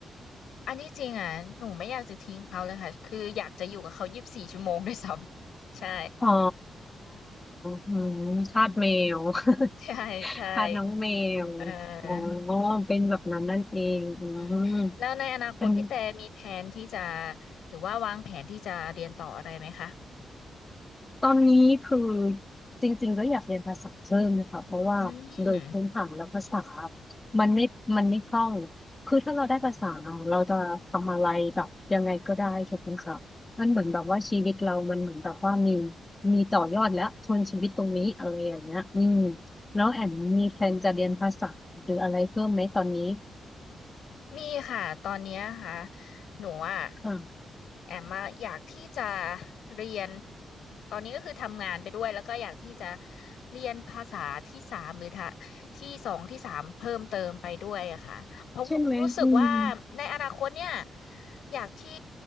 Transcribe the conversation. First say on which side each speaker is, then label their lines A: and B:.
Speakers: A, on the left; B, on the left.
A: อันนี้จริงอ่ะหนูไม่อยากจะทิ้งเขาเลยค่ะคืออยากจะอยู่กับเขายี่สิบสี่ชั่วโมงด้วยซ้ำใช่
B: อ๋ออืมทาสแมว
A: <laughs> ใช่ใช่
B: <laughs> ทาสน้องแมว
A: เออ
B: อ๋อเป็นแบบนั้นนั่นเองอื
A: อืมแล้วในอนาคตพี่แต่มีแผนที่จะ
B: มอันนี้
A: หรือว่าวางแผนที่จะเรียนต่ออะไรไหมคะ
B: ตอนนี้คือจริงๆก็อยากเรียนภาษาเพิ่มนะคะเพราะว่าโดยพื้นฐานแล้วภาษา
A: อืม
B: มันไม่มันไม่คล่องคือถ้าเราได้ภาษาเราจะทำอะไรแบบยังไงก็ได้ถูกไหมคะมันเหมือนแบบว่าชีวิตเรามันเหมือนแบบว่ามี
A: อืม
B: มีต่อยอดแล้วทนชีวิตตรงนี้อะไรอย่างเงี้ยอืมแล้วแอมมีแฟนจะเรียนภาษาหรืออะไรเพิ่มไหมตอนนี้
A: มีค่ะตอนเนี้ยค่ะหนูอ่ะ
B: ค่ะ
A: แอมมาอยากที่จะเรียนตอนนี้ก็คือทำงานไปด้วยแล้วก็อยากที่จะเรียนภาษาที่สามหรือทะที่สองที่สามเพิ่มเติมไปด้วยอะค่ะเพราะรู้สึกว่าในอนาคตเนี่ย
B: ใช่ไหมอืม
A: อยากที่